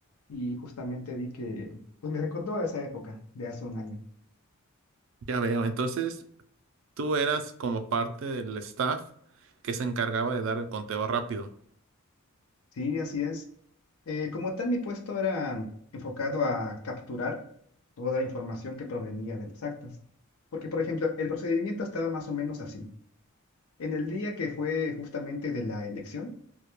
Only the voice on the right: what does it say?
ya veo. Entonces, tú eras como parte del staff que se encargaba de dar el conteo rápido.